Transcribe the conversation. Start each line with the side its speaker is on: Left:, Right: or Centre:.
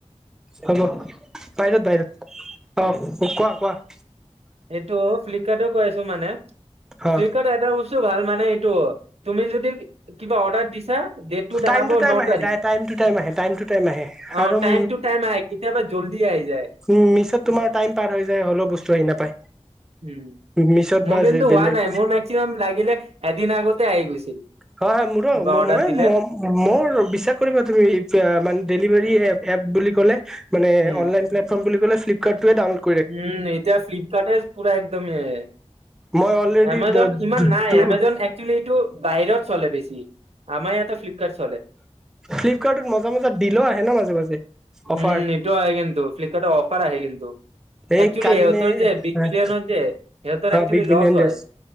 Centre: হ'ব বাহিৰত-বাহিৰত, অ' কোৱা-কোৱা
Right: এইটো ফ্লিপকাৰ্টও কৈ আছোঁ মানে,
Centre: অ
Right: ফ্লিপকাৰ্টৰ এটা বস্তু ভাল মানে এইটো, তুমি যদি কিবা অৰ্ডাৰ দিছা, ডেট টো দেখাব
Centre: টাইম টু টাইম
Right: ন
Centre: আহে
Right: তাৰিখ,
Centre: টাই টাইম টু টাইম আহে টাইম টু টাইম আহে আৰু
Right: অ'
Centre: উম
Right: টাইম টো টাইম আহে কেতিয়াবা জল্দি আহি যায়।
Centre: উম' মিছ'ত তোমাৰ টাইম পাৰ হৈ যায়, হলেও বস্তু আহি নাপায়।
Right: উম',
Centre: মিছত
Right: মোৰ
Centre: বা
Right: কিন্তু
Centre: বেলেগ
Right: হোৱা নাই, মোৰ মেক্সিমাম লাগিলে এদিন আগতে আহি গৈছিল।
Centre: হয়-হয় মোৰো,
Right: কিবা
Centre: ম-মই
Right: অৰ্ডাৰ দিলে
Centre: ম মোৰ বিশ্বাস কৰিবা তুমি, এ' মানে ডেলিভাৰী এপ বুলি কলে মানে
Right: উম
Centre: অনলাই প্লেটফৰ্ম বুলি ক'লে ফ্লিপকাৰ্টটোৱে ডাউনল
Right: উম', এতিয়া ফ্লিপকাৰ্টে পুৰা একদমেই
Centre: মই অলৰেডি
Right: এমাজন ইমান নাই, এমেজন এক এক্সুৱেলি এইটো বাহিৰত চলে বেছি, আমাৰ ইয়াতে ফ্লিপকাৰ্ত
Centre: ফ্লিপকাৰ্টত মজা মজা দিলো আহে ন, মাজে-মাজে
Right: উম
Centre: অফাৰ
Right: এইটো আহে কিন্তু, ফ্লিপকাৰ্টত অফাৰ আহে কিন্তু
Centre: এই
Right: একচুৱেলি
Centre: কালি
Right: সিহঁতৰ
Centre: নে,
Right: যে বিগ
Centre: হয়',
Right: বিলিয়নৰ যে সিহঁতৰ
Centre: হয়,
Right: actually
Centre: big billion
Right: লছ হয়
Centre: ডেজ